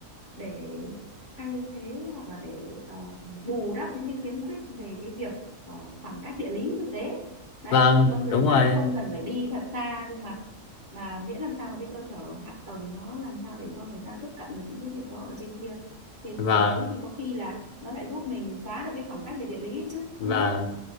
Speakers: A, on the right; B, on the left.
A: để thay thế hoặc là để ờ, bù đắp những cái khiếm khuyết về cái việc ờ, khoảng cách địa lý thực tế đấy
B: vâng
A: thì con người
B: đúng rồi
A: ta không cần phải đi thật xa nhưng mà mà miễn làm sao mà cái cơ sở hạ tầng nó làm sao để cho người ta tiếp cận được những cái việc đó ở trên kia trên
B: và
A: miền núi thì có khi là nó lại giúp mình xóa được cái khoảng cách về địa lý ấy chứ
B: và
A: đúng không